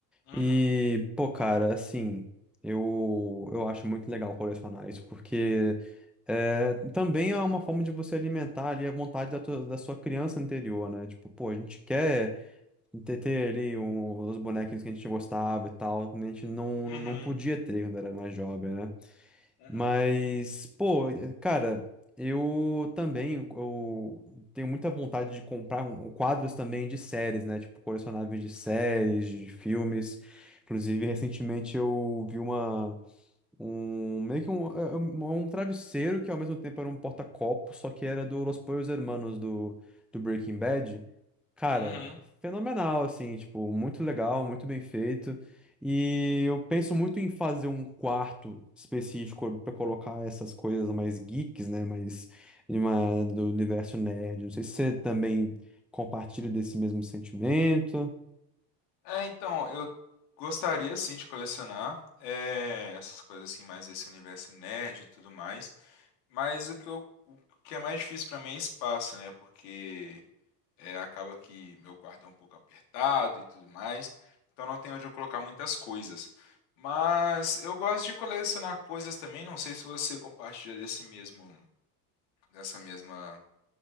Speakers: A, on the left; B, in the centre.
A: Uhum,
B: E, pô, cara, assim, eu, eu acho muito legal colecionar isso, porque é, também é uma forma de você alimentar ali a vontade da, tua- da sua criança anterior, né? Tipo, pô, a gente quer ter, ter ali o- os bonequinhos que a gente gostava e tal, quando a gente não,
A: uhum,
B: não não podia ter quando era mais jovem, né?
A: uhum,
B: Mas, pô, eh, cara, eu também eu tenho muita vontade de comprar um- quadros também de séries, né? Tipo, colecionáveis de séries, de filmes. Inclusive, recentemente eu vi uma. Um, meio que um, é- é um, é um travesseiro que ao mesmo tempo era um porta-copo, só que era do Los Pollos Hermanos do, do Breaking Bad. Cara,
A: uhum.
B: fenomenal, assim, tipo, muito legal, muito bem feito. E eu penso muito em fazer um quarto específico pra colocar essas coisas mais geeks, né? Mais de uma- do universo nerd. Não sei se você também compartilha desse mesmo sentimento.
A: É, então, eu gostaria sim de colecionar é, essas coisas assim, mais desse universo nerd e tudo mais. Mas o que eu, o que é mais difícil pra mim é espaço, né? Porque é, acaba que meu quarto é um pouco apertado e tudo mais. Então não tem onde eu colocar muitas coisas. Mas eu gosto de colecionar coisas também. Não sei se você compartilha desse mesmo, dessa mesma